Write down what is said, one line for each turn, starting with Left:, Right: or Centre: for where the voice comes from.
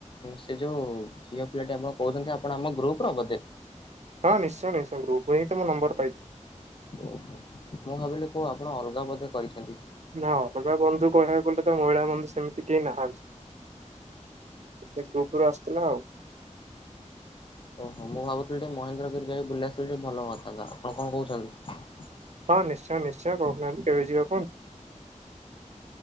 Left: ସେ ଯୋଉ ଝିଅ ପିଲାଟି ଆପଣ କହୁଛନ୍ତି ଆପଣ ଆମ ଗ୍ରୁପ ର ବୋଧେ
Right: ହଁ ନିଶ୍ଚୟ ନିଶ୍ଚୟ ଗ୍ରୁପ ର ମୁଁ ନମ୍ବର ପାଇଥିଲି।
Left: ଓହୋ ମୁଁ ଭାବିଲି କୁହ ଆପଣ ଅଲଗା ବୋଧେ କରିଛନ୍ତି।
Right: ନା ଅଲଗା ବନ୍ଧୁ କହିବାକୁ ଗଲେ ତ ମହିଳା ବନ୍ଧୁ ସେମିତି କେହି ନାହାନ୍ତି। ସେ କୁକୁରୁ ଆସିଥିଲା ଆଉ।
Left: ଓହୋ ମୁଁ ଭାବୁଥିଲି ମହେନ୍ଦ୍ରଗିରି ଯା ବୁଲାସ ଟେ ଭଲ ହଥାନ୍ତା। ଆପଣ କଣ କହୁଛନ୍ତି?
Right: ହଁ ନିଶ୍ଚୟ ନିଶ୍ଚୟ କହୁନାହାନ୍ତି କେବେ ଯିବା କୁହନ୍ତୁ।